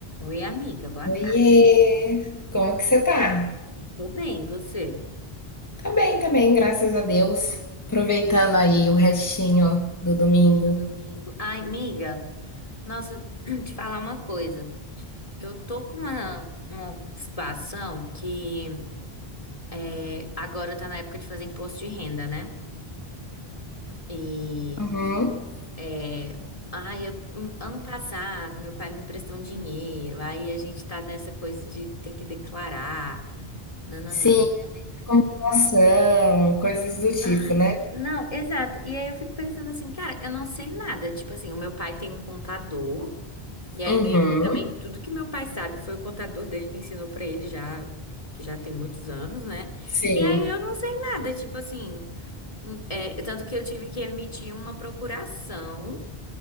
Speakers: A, on the left; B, on the left.
A: Oi, amiga, boa
B: Oiê,
A: tarde.
B: como que você tá?
A: Tô bem, você?
B: Tá bem também, graças a Deus. Aproveitando aí o restinho do domingo.
A: Do domingo. Ai, amiga, nossa, <clears throat> te falar uma coisa. Eu tô com uma, uma situação que é, agora tá na época de fazer imposto de renda, né? E
B: Uhum.
A: é, ai, eu- hum, ano passado meu pai me emprestou um dinheiro, aí a gente tá nessa coisa de ter que declarar, nananã.
B: Sim, acumulação, coisas do tipo,
A: Ai,
B: né?
A: não, exato. E aí eu fico pensando assim, cara, eu não sei nada. Tipo assim, o meu pai tem um contador. E aí
B: Uhum.
A: meio que também tudo que meu pai sabe foi o contador dele que ensinou pra ele já, que já tem muitos anos, né?
B: Sim.
A: E aí eu não sei nada, tipo assim, hum, é, tanto que eu tive que emitir uma procuração